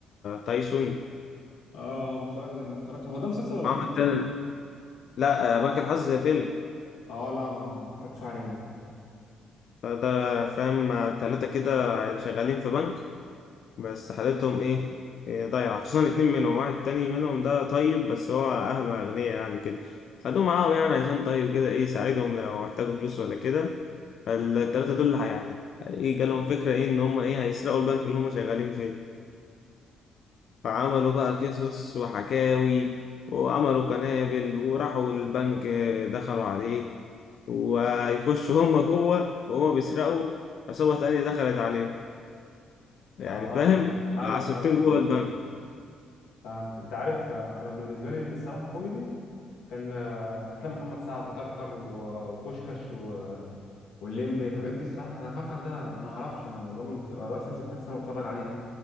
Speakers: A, on the left; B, on the left.
A: تايسون
B: اه ما اتفرجت ما اتفرجتش هو ده مسلسل ولا
A: معاه
B: فيلم
A: التاني
B: اصلا
A: لا آه، بنك الحظ فيلم
B: اه لا ما اتفرجتش عليه ده
A: ده فاهم آه، تلاتة كده شغالين في بنك بس حالتهم إيه إيه، ضايعة خصوصا الاتنين منهم واحد تاني منهم ده طيب بس هو أهله أغنياء يعني كده خدوه معاهم يعني عشان طيب كده إيه يساعدهم لو احتاجوا فلوس ولا كده فالتلاتة دول يعني ايه جالهم فكرة ايه ان هم ايه هيسرقوا البنك اللي هم شغالين فيه فعملوا بقى قصص وحكاوي وعملوا قنابل وراحوا البنك آه، دخلوا عليه ويخشوا هم جوه وهم بيسرقوا عصابة تانية دخلت عليه يعني
B: اه
A: فاهم
B: ايوه
A: عصابتين
B: فهمت فهمت
A: جوه البنك
B: فهمت انت عارف آه، انا بالنسبه لي الصراحه الكوميدي كان آه، افلام محمد سعد كركر و- وبوشكاش و- والليمبي الحاجات دي الصراحه انا كركر ده انا ما اعرفش انا والله ما بس- ما اقدرش امسك نفسي وانا بتفرج عليه